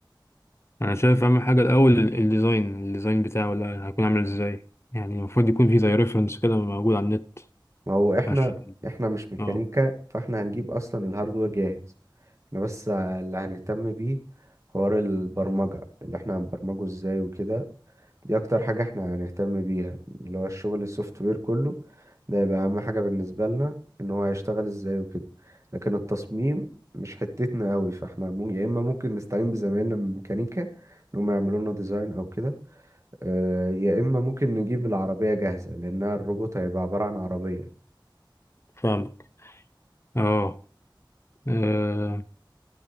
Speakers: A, on the left (about 30°); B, on the right (about 35°).
A: انا شايف اهم حاجه الاول ال- الديزاين الديزاين بتاعه ولا هيكون عامل ازاي يعني المفروض يكون في زي ريفرنس كده موجود على النت
B: ما هو احنا
A: عشان
B: احنا مش ميكانيكا
A: اه
B: فاحنا هنجيب اصلا الهاردوير جاهز احنا بس اللي هنهتم بيه حوار البرمجة اللي احنا هنبرمجه ازاي وكده دي اكتر حاجة احنا هنهتم بيها اللي هو الشغل السوفت وير كله ده يبقى اهم حاجة بالنسبة لنا ان هو هيشتغل ازاي وكده لكن التصميم مش حتتنا قوي فاحنا مم- يا اما ممكن نستعين بزمايلنا من ميكانيكا ان هم يعملوا لنا ديزاين او كده آه، يا اما ممكن نجيب العربية جاهزة لانها الروبوت هيبقى عبارة عن عربية
A: فاهمك اه آه،